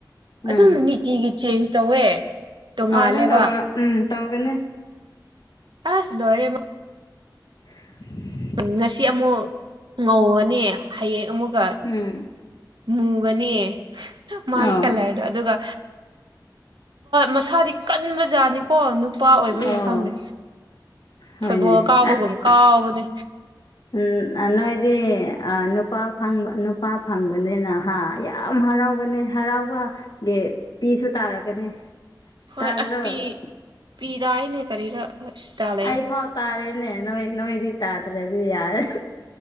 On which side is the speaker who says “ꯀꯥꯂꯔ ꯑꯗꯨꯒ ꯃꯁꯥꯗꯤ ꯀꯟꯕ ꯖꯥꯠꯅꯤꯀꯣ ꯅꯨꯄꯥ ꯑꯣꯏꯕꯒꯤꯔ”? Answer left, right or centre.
Right